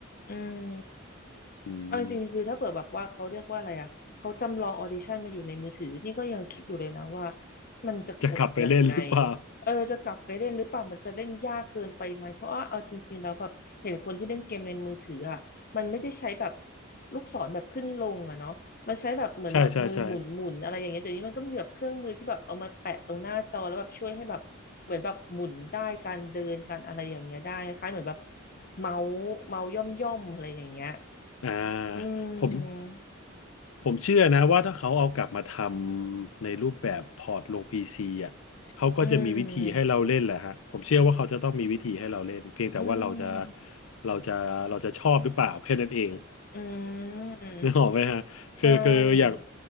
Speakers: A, on the left; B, on the left.
A: อืม
B: อืม
A: เอาจริงๆคือถ้าเปิดแบบว่าเขาเรียกว่าอะไรอ่ะเขาจำลองออดิชั่นมาอยู่ในมือถือนี่ก็ยังคิดอยู่เลยนะว่ามันจะกดยังไง
B: จะกลับไปเล่นหรือเปล่า
A: เออจะกลับไปเล่นหรือเปล่ามันจะเล่นยากเกินไปไหมเพราะว่าเอาจริงๆแล้วแบบเห็นคนที่เล่นเกมในมือถืออ่ะมันไม่ได้ใช้แบบลูกศรแบบขึ้นลงอ่ะเนาะมันใช้แบบเหมือนแบบมือหมุนหมุนอะไรอย่างเงี้ยเดี๋ยวนี้มันก็มีแบบเครื่องมือที่แบบเอามาแปะตรงหน้าจอแล้วแบบช่วยให้แบบเหมือนแบบหมุนได้การเดินการอะไรอย่างเงี้ยได้คล้ายๆเหมือนแบบ
B: <laughs> ใช่ใช่ใช่
A: เมาส์เมาส์ย่อมย่อมอะไรอย่างเงี้ย
B: อ่า
A: อื
B: ผม
A: ม
B: ผมเชื่อนะว่าถ้าเขาเอากลับมาทำในรูปแบบพอร์ตลงพีซีอ่ะเขาก็จะมีวิธีให้เราเล่นแหละฮะผมเชื่อว่าเขาจะต้องมีวิธีให้เราเล่นเพียงแต่ว่าเราจะ
A: อืมอืม
B: เราจะเราจะชอบหรือเปล่าแค่นั้นเอง
A: อืม
B: นึกออกไหมฮะคือคืออย่าง
A: ใช่